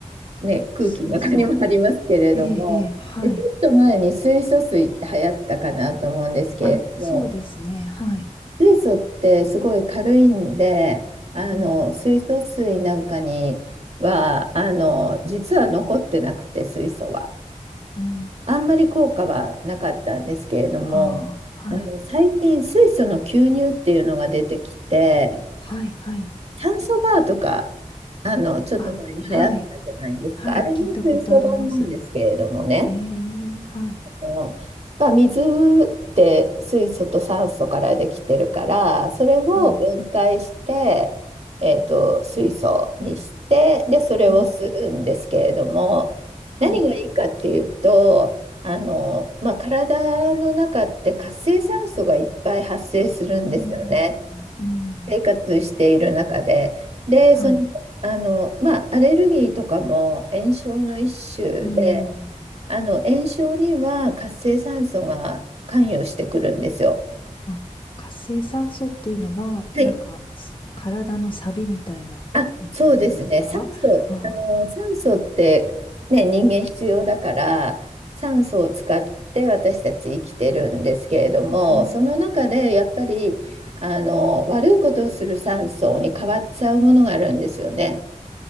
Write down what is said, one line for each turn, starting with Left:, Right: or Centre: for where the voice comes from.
Right: ね、空気の中にもありますけれども、
Left: 水素。ええ、ええ、はい。
Right: でちょっと前に水素水って流行ったかなと思うんですけれども、
Left: あ、そうですね。はい。
Right: 水素ってすごい軽いんで、あの水素水なんかにはあの実は残ってなくて水素は。
Left: うん。うん。
Right: あんまり効果はなかったんですけれども、
Left: ああ、
Right: あの最近水素の吸入っていうのが出てきて、
Left: はい。はい、はい。
Right: 酸素バーとかあのちょっと前に流行ったじゃないですか。
Left: あ、はい。はい。
Right: あれの水素版なんですけれどもね。
Left: 聞いたことあります。ええ、はい。
Right: のまあ、水って水素と酸素からできてるから、それを分解して、
Left: はい。
Right: えーと、水素にして、で、それを吸うんですけれども、
Left: うん。はい。
Right: 何がいいかっていうと、あの、まあ、体の中って活性酸素がいっぱい発生するんですよね。
Left: うん。うん。
Right: 生活している中で。で、
Left: はい。
Right: その、あの、まあ、アレルギーとかも炎症の一種で、
Left: うん。
Right: あの、炎症には活性酸素が関与してくるんですよ。
Left: あ、活性酸素っていうのは、
Right: はい。
Left: なんか、す体のサビみたいなものですかああ
Right: あ、そうですね。酸素、あの、酸素ってね、人間必要だから、酸素を使って私たち生きてるんですけれども、
Left: ー。うん。
Right: その中でやっぱり、あの、悪いことをする酸素に変わっちゃうものがあるんですよね。